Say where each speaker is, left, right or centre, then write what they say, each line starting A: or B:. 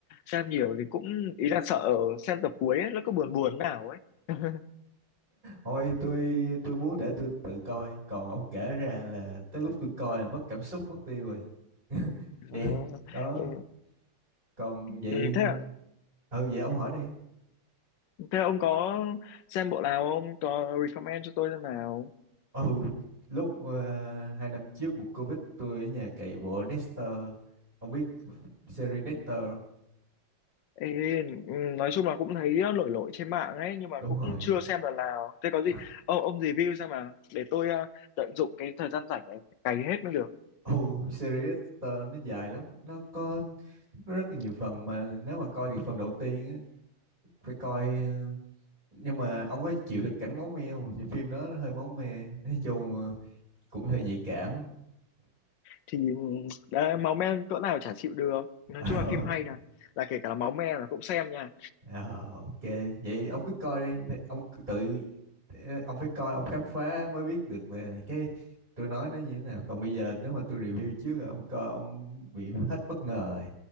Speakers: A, on the left (about 70°); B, on the right (about 20°).
A: xem nhiều thì cũng ý là sợ xem tập cuối ấy, nó cứ buồn buồn nào ấy <laughs>
B: thôi tôi tôi muốn để tôi tự coi còn ông kể ra là tới lúc tôi coi là mất cảm xúc mất tiêu rồi <laughs>
A: Trời
B: vậy
A: ơi.
B: đó
A: Ừ,
B: còn vậy
A: ừ, thế
B: ừ vậy ông hỏi đi
A: thế ông có xem bộ nào không có recommend cho tôi xem nào
B: ừ lúc ờ, hai năm trước một Covid tôi ở nhà cày bộ Dexter ông biết series Dexter không?
A: Ê, ừ, nói chung là cũng thấy lội lội trên mạng ấy nhưng mà
B: đúng
A: cũng
B: rồi
A: chưa xem lần nào thế có gì
B: <laughs> à,
A: ông ông review xem mà để tôi ờ, tận dụng cái thời gian rảnh này cày hết mới được
B: ừ series Dexter nó dài lắm nó có, nó có rất là nhiều phần mà nếu mà coi thì phần đầu tiên á, phải coi ờ, nhưng mà ông có chịu được cảnh máu me không Vì phim đó nó hơi máu me nói chung ờ, cũng hơi nhạy cảm
A: thì ừ, đấy, máu me cỡ nào chả chịu được nói
B: <laughs>
A: chung là phim hay là là kể cả là máu me là cũng xem nha
B: Ờ, ok vậy ông cứ coi đi để- ông cứ tự ông phải coi ông khám phá mới biết được là cái tôi nói nó như thế nào còn bây giờ nếu mà tôi review trước rồi ông coi ông bị hết bất ngờ rồi